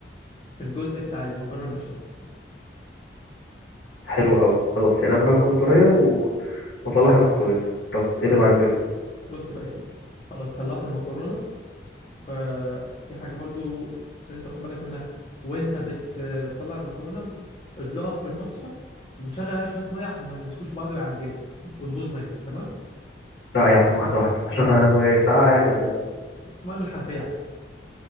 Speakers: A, on the left; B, on the left.
A: في الجزء بتاع المكرونه البشاميل
B: حلو قوي خلاص يعني اهم حاجه تكون طريه و... واطلعها مستويه طب ايه اللي بعد كده
A: بص بقى يا سيدي خلاص طلعت المكرونه ففي حاجة برضو لازم تاخد بالك منها وانت بت... بتطلع المكرونة ادلقها في المصفى وشغل عليه شوية مية عشان ما تمسكوش في بعض ويعجنوا وتبوظ منك تمام
B: لا يا عم واحده واحده اشغل على ميه ساقعه يعني ولا ايه
A: مية من الحنفية عادي